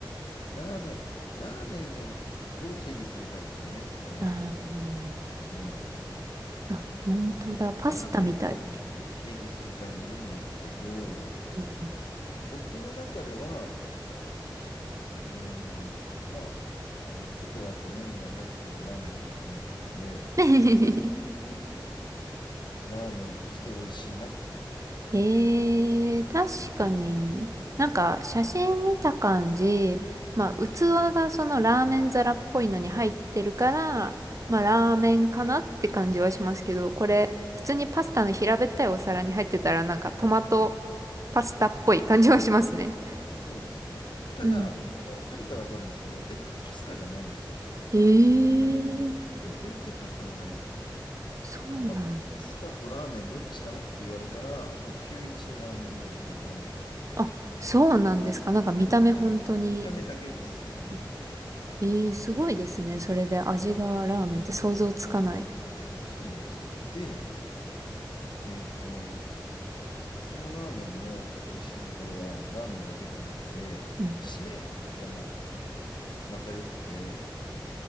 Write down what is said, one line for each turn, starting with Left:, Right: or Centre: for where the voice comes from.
Left: ラーメン、ラーメンをどう定義するかですよね、それは。
Right: あー
Left: うん、
Right: あ、本当だ。パスタみたい。
Left: ラーメンをどう定義するかによるんですけど、
Right: うん。
Left: 僕の中では、うーん。まあ、あの、スープがあって麺が入ってたらラーメンだと思ってるんで、
Right: <laughs>
Left: ラーメンとして美味しいなって
Right: ええ確かに。
Left: なっていて、
Right: なんか写真見た感じ、まあ器がそのラーメン皿っぽいのに入ってるから、
Left: はい。
Right: まあラーメンかなって感じはしますけど、
Left: はい。
Right: これ普通にパスタの平べったいお皿に入ってたらなんかトマト
Left: はい。はい
Right: パスタっぽい感じはしますね。
Left: そうですよね。ただ、
Right: うん。
Left: あの、食べたらわかるんですけど、全然パスタじゃないんですよ。
Right: ええ
Left: 本当に全然パスタじゃないですね。
Right: そうなんだ。
Left: まあ、パパスタとラーメンどっちなのって言われたら、もう91でラーメンぐらいラーメンです。
Right: あ、そうなんですか。なんか見た目本当に。
Left: はい。ただ、見た目だけです。それ、本当に。
Right: えええすごいですね。それで味がラーメンって想像つかない。
Left: はい。そうなんですよ。で、えっと、そのラーメンの美味しいところは、ラーメンだけではなくて、
Right: うん。
Left: 締めがま、また良くて、